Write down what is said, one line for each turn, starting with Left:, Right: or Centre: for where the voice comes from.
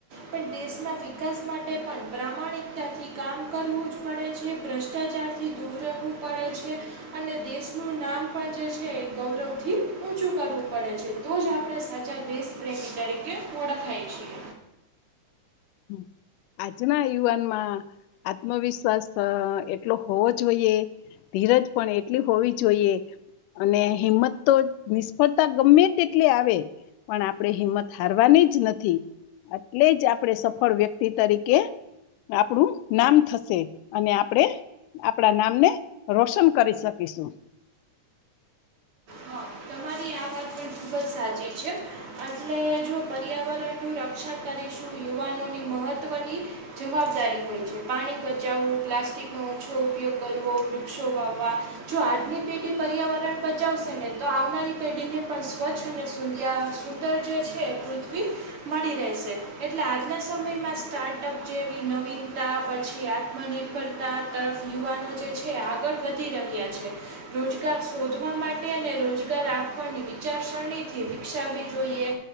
Right: પણ દેશના વિકાસ માટે પણ પ્રામાણિકતાથી કામ કરવું જ પડે છે, ભ્રષ્ટાચાર થી રહેવું પડે છે. અને દેશનું નામ પણ જે છે એ ગૌરવ થી ઊંચું કરવું પડે છે. તો જ આપણે સાચા દેશપ્રેમી તરીકે ઓળખાય છીએ.
Left: હમમ આજના યુવાન માં આત્મવિશ્વાસ એટલો હોવો જોઈએ ધીરજ પણ એટલી હોવી જોઈએ અને હિંમત તો નિષ્ફળતા ગમે તેટલી આવે પણ આપણે હિંમત હારવાની જ નથી એટલે જ આપણે સ સફળ વ્યક્તિ તરીકે આપણું નામ થશે અને આપણેે આપણા નામને રોશન કરી શકીશું.
Right: હા તમારી આ વાત પણ તો સાચી છે. એટલે જો પર્યાવરણનું રક્ષણ કરીશું યુવાનોની મહત્વની જવાબદારી હોય છે. પાણી બચાવવું, પ્લાસ્ટિકનો ઓછો ઉપયોગ કરવો, વૃક્ષો વાવવા જો આજની પેઢી પર્યાવરણ બચાવશે ને તો આવનારી પેઢીને પણ સ્વચ્છ અને સુયા સુંદર જે છે પૃથ્વી મળી રહેશે એટલે આજના સમયમાં સ્ટાર્ટઅપ જેવી નવીનતા પછી આત્મનિર્ભરતા તરફ યુવાનો જે છે આગળ વધી રહ્યા છે. રોજગાર શોધવા માટે અને રોજગાર આપવાની વિચાર સ શણીથી વિકસાવી જોઈએ.